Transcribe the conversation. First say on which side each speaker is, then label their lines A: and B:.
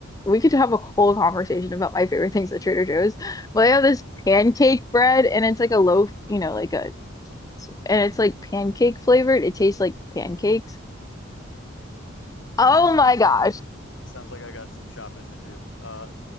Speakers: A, on the left (about 20°); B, on the left (about 70°).
A: we could have a whole conversation about my favorite things at Trader Joe's. But they have this pancake bread and it's like a loaf, you know, like a and it's like pancake flavored. It tastes like pancakes. Oh
B: It sounds
A: my gosh.
B: like sounds like I got some shopping to do. Uh,